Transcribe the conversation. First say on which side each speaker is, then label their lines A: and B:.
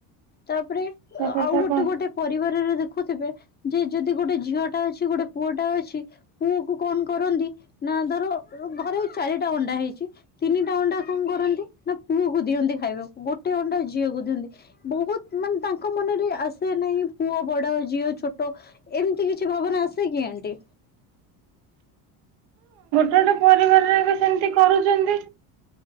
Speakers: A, on the left; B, on the right.
A: ତାପରେ
B: ସେ କଥା
A: ଆଉ ଗୋଟେ
B: କହ
A: ଗୋଟେ ପରିବାରର ଦେ ଦେଖୁଥିବେ ଯେ ଯଦି ଗୋଟେ ଝିଅ ଟା ଅଛି ଗୋଟେ ପୁଅଟା ଅଛି ପୁଅକୁ କଣ କରନ୍ତି ନା ଧର ଘରେ ଚାରିଟା ଅଣ୍ଡା ହେଇଛି। ତିନିଟା ଅଣ୍ଡା କଣ କରନ୍ତି ନା ପୁଅକୁ ଦିଅନ୍ତି ଖାଇବାକୁ। ଗୋଟେ ଅଣ୍ଡା ଝିଅକୁ ଦିଅନ୍ତି। ବହୁତ ମାନେ ତାଙ୍କ ତାଙ୍କ ମନରେ ଆସେ ନାହିଁ ପୁଅ ବଡ ଝିଅ ଛୋଟ ଏମିତି କିଛି ଭାବନା ଆସେ କି ଆଣ୍ଟି?
B: ଟେ ପରିବାରରେ ସେମତି କରୁଛନ୍ତି।